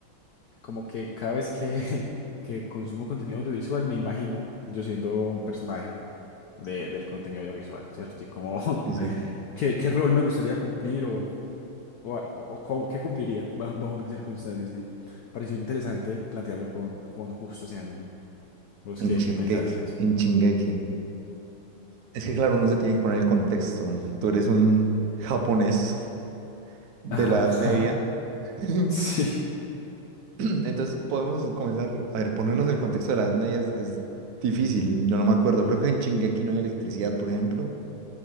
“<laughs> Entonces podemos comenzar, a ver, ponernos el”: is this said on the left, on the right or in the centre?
Right